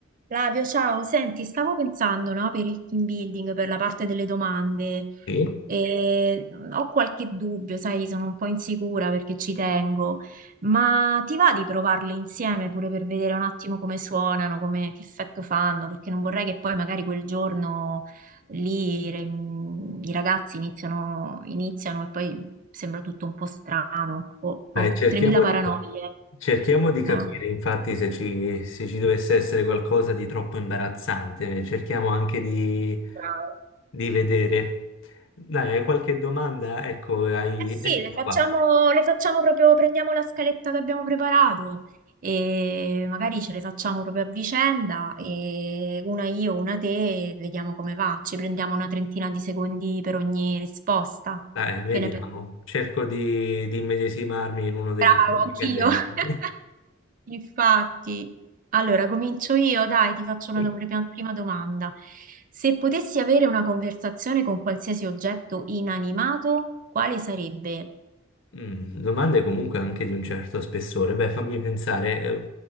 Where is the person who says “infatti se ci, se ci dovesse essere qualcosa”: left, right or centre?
Left